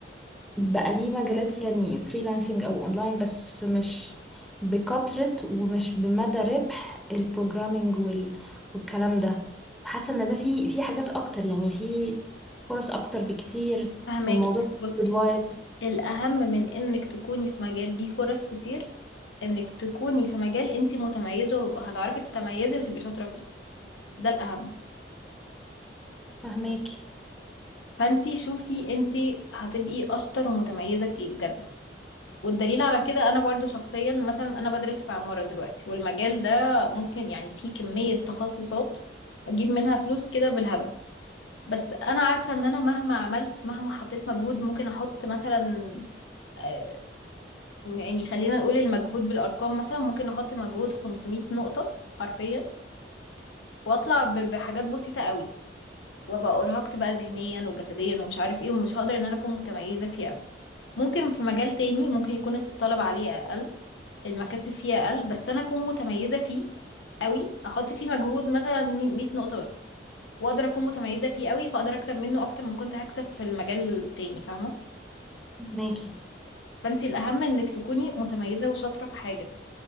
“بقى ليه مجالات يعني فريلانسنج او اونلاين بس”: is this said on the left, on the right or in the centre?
Centre